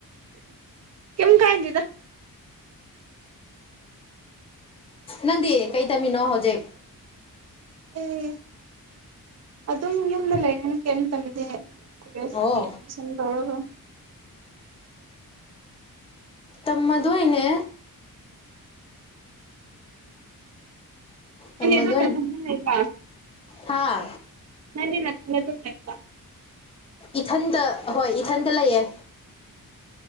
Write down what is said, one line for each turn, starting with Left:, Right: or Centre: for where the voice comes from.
Right: ꯀꯩꯝ ꯀꯥꯏꯗꯦꯗ
Left: ꯅꯪꯗꯤ ꯀꯩ ꯇꯝꯃꯤꯅꯣ ꯍꯧꯖꯤꯛ
Right: ꯑꯩ ꯑꯗꯨꯝ ꯌꯨꯝꯗ ꯂꯩꯅ ꯀꯩꯝ ꯇꯝꯗꯦ ꯍꯥꯏꯕ ꯀꯣꯂꯦꯁ
Left: ꯑꯣ
Right: ꯀꯤ ꯑꯦꯠꯃꯤꯁꯟ ꯇꯧꯔꯒ
Left: ꯇꯝꯃꯗꯣꯏꯅꯦ
Right: ꯅꯪꯗꯤ
Left: ꯇꯝꯃꯗꯣꯢꯟ
Right: ꯑꯗꯨꯝ ꯅꯊꯟꯇ ꯂꯩꯕ꯭ꯔꯥ
Left: ꯍꯥꯥ
Right: ꯅꯡꯗꯤ ꯅꯊꯟꯗ ꯑꯗꯨꯝ ꯂꯩꯕ꯭ꯔꯣ
Left: ꯏꯊꯟꯗ ꯍꯣꯏ ꯏꯊꯟꯗ ꯂꯩꯌꯦ